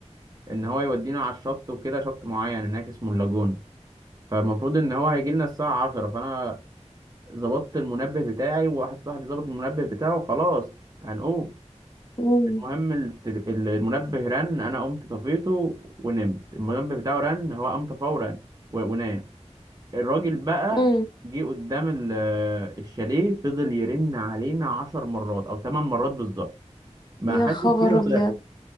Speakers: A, on the right; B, on the left.
A: إن هو يودينا على الشط وكده شط معين هناك اسمه اللاجون فالمفروض إن هو هيجي لنا الساعة عشرة فأنا ظبطت المنبه بتاعي وواحد صاحبي ظبط المنبه بتاعه خلاص هنقوم
B: امم
A: المهم التل- ال- المنبه رن أنا قمت طفيته ونمت المنبه بتاعه رن هو قام فورا و- ونام الراجل بقى
B: امم
A: جه قدام ال- آه، الشاليه فضل يرن علينا عشر مرات أو تمن مرات بالظبط ما
B: يا
A: حدش
B: خبر
A: فينا
B: ابيض
A: صح